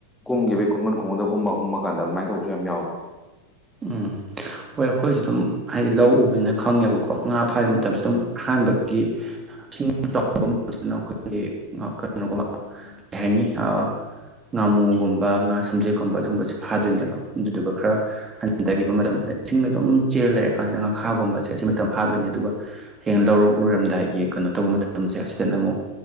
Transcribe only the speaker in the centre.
ꯀꯨꯝꯈꯤꯕꯒꯤ ꯈꯣꯡꯒꯨꯟ ꯈꯣꯡꯒꯨꯟ ꯍꯨꯝꯃ ꯍꯨꯝꯃ ꯀꯥꯟꯗ ꯑꯗꯨꯃꯥꯏꯅ ꯇꯧꯕꯁꯨ ꯌꯥꯝ ꯌꯥꯎꯋꯦ